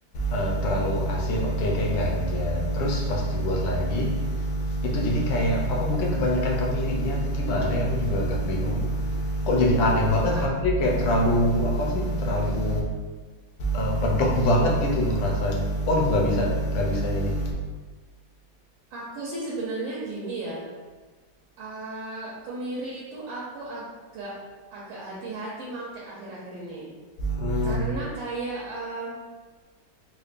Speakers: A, on the left; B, on the right.
A: eee, terlalu asin, oke kayak garamnya. Terus pas dibuat lagi, itu jadi kayak apa mungkin kebanyakan kemirinya tuh gimana ya, aku juga agak bingung. Kok jadi aneh banget
B: Ak-
A: rasanya kayak terlalu apa sih, terlalu eh, pedok banget gitu loh rasanya. Aduh nggak bisa, nggak bisa ini.
B: aku sih sebenarnya gini ya. ah, kemiri itu aku agak agak hati-hati make akhir-akhir ini.
A: Hmm,
B: Karena kayak eh,